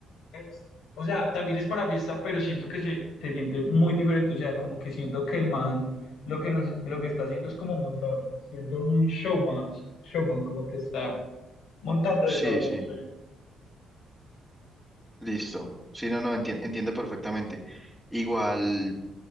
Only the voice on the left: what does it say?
es, o sea, también es para fiesta, pero siento que se, se siente muy diferente. O sea, como que siento que el man lo que nos, lo que está haciendo es como montar, siendo un showman, showman, como que está montando
de todo,
no sé.